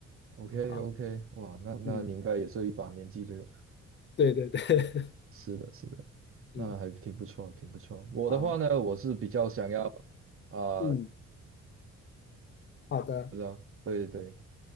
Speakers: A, on the right; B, on the left.
A: ，OK
B: 好，
A: OK，哇，那那你应该也是一把年纪对吧？
B: 嗯，对对对，
A: 是的，是的，
B: <laughs>
A: 那还挺不错，
B: 嗯，
A: 挺不错。我的话呢，
B: 好，
A: 我是比较想要啊、
B: 嗯，好的，
A: 不知道，对对对，